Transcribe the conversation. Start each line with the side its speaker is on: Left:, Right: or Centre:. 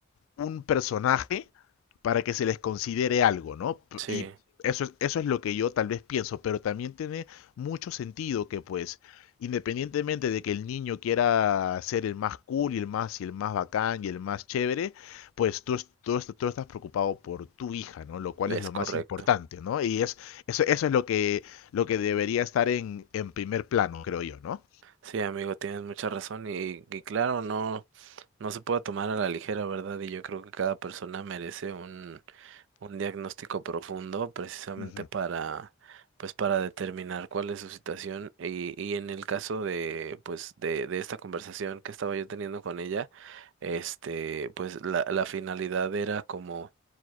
Left: un personaje para que se les considere algo, ¿no? P-
Right: sí,
Left: Y eso es, eso es lo que yo tal vez pienso, pero también tiene mucho sentido que pues, independientemente de que el niño quiera ser el más cool y el más y el más bacán y el más chévere, pues tú, es- tú, est- tú estás preocupado por tu hija, ¿no? Lo cual
Right: es
Left: es lo
Right: correcto.
Left: más importante, ¿no? Y es, eso, eso es lo que, lo que debería estar en, en primer plano, creo yo, ¿no?
Right: Sí, amigo, tienes mucha razón y, y claro, no, no se puede tomar a la ligera, ¿verdad? Y yo creo que cada persona merece un un diagnóstico profundo precisamente
Left: Ujú,
Right: para pues para determinar cuál es su situación y, y en el caso de pues de, de esta conversación que estaba yo teniendo con ella este pues la, la finalidad era como